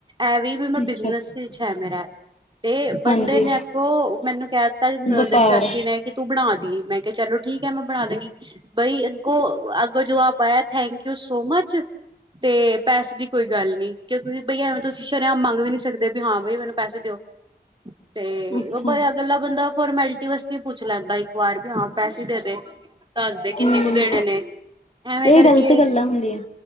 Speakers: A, on the right (about 30°); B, on the left (about 40°).
A: ਐ ਵੀ ਵੀ ਮੈਂ
B: ਅੱਛਾ
A: ਬਿਜਨਸ ਵਿੱਚ ਹੈ ਮੇਰਾ। ਤੇ ਬੰਦੇ
B: ਹਾਂਜੀ
A: ਨੇ ਅੱਗੋਂ ਮੈਨੂੰ ਕਹਿ
B: ਵਪਾਰ
A: ਦਿੱਤਾ ਚਾਚੀ ਨੇ ਕਿ ਤੂੰ ਬਣਾ ਦੀ ਮੈਂ ਕਿਹਾ ਚਲੋ। ਠੀਕ ਹੈੈਂ। ਬਈ ਅੱਗੋ ਅਗੋਂ ਜਵਾਬ ਆਇਆ ਥੈਂਕ ਯੂ ਸੋ ਮਚ। ਤੇ ਪੈਸੇ ਦੀ ਕੋਈ ਗੱਲ ਨੀ ਕਿਉਂਕ ਬਈ ਐਵੇਂ ਤੁਸੀਂ ਸ਼ ਮੰਗ ਵੀ ਨੀ ਸਕਦੇ ਬੀ ਹਾਂ ਬਈ ਮੈਨੂੰ ਪੈਸੇ ਦਿਓ ਤੇ
B: ਅੱਛਾ
A: ਉਹ ਬਆ
B: ਹੂੰ,
A: ਗੱਲਾ ਬੰਦਾ ਫੋਰਮੈਲਟੀ ਵੱਸ ਪੁੱਛ ਲੈਂਦਾ ਇੱਕ ਵਾਰ ਵੀ ਹਾਂ ਪੈਸੇ ਦੇ ਦੇ ਦੱਸਦੇ ਕਿੰਨੇ
B: ਹੂੰ
A: ਕੁ ਦੇਣੇ ਨੇ ਐਵੇਂ
B: ਇਹ
A: ਕਰਕੇ
B: ਗ਼ਲਤ ਗੱਲਾਂ ਹੁੰਦੀਆਂ